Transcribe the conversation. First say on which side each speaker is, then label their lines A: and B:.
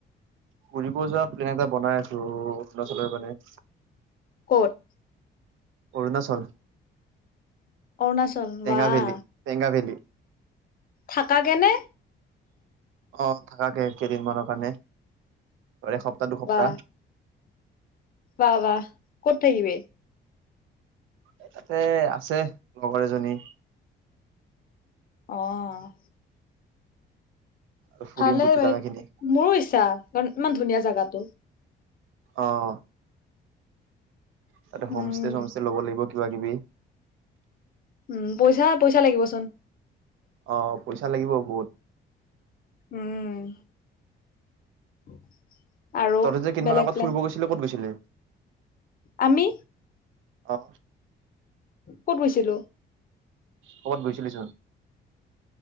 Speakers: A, on the right (about 80°); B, on the left (about 45°).
A: ফুৰিব যোৱা প্লেন এটা বনাই আছোঁ অৰুণাচলৰ মানে।
B: ক'ত?
A: অৰুণাচল।
B: অৰুণাচল?
A: টেঙা
B: বাঁ।
A: ভেলী টেঙা ভেলী
B: থাকাকে নে?
A: অ থাকাকে কেইদিনমানৰ কাৰণে। এসপ্তাহ-দুসপ্তাহ
B: বাহ
A: ।
B: বাহ- বাহ। ক'ত থাকিবি?
A: এ তাতে আছে, লগৰ এজনী।
B: অ'।
A: আৰু ফুৰিম
B: ভালে
A: গোটেই
B: ৰে।
A: জাগা খিনি
B: মোৰো ইচ্ছা। কাৰণ ইমান ধুনীয়া জাগাটো।
A: অ'। ততে
B: উম
A: হোমষ্টে- চমষ্টে ল'ব লাগিব কি কিবা-কিবি।
B: উম, পইচা- পইচা লাগিবচোন।
A: অ' পইচা লাগিব বহুত।
B: উম <inaudible>
A: তই যে কেইমান
B: বেলেগ
A: আগত
B: প্লেন
A: ফুৰিব গৈছিলে ক'ত গৈছিলি?
B: আমি
A: অহ
B: ক'ত গৈছিলো?
A: ক'বাত গৈছিলিচোন